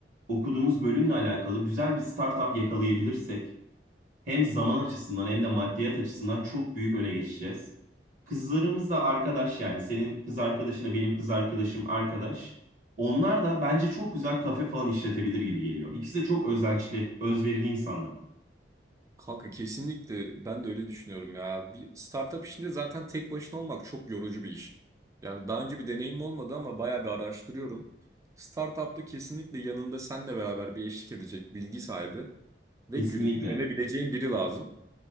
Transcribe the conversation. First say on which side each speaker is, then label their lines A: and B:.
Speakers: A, on the right; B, on the right.
A: okuduğumuz bölümle alakalı güzel bir startup yakalayabilirsek hem zaman açısından hem de maddiyat açısından çok büyük öne geçeceğiz. Kızlarımız da arkadaş yani. Senin kız arkadaşınla benim kız arkadaşım arkadaş. Onlar da bence çok güzel kafe falan işletebilir gibi geliyor. İkisi de çok özençli, özverili insanlar.
B: Kanka kesinlikle ben de öyle düşünüyorum ya. Bir startup işinde zaten tek başına olmak çok yorucu bir iş. Yani daha önce bir deneyim olmadı ama bayağı bir araştırıyorum. Startup'ta kesinlikle yanında seninle beraber bir eşlik edecek bilgi sahibi ve
A: Kesinlikle.
B: gü- güvenebileceğin biri lazım.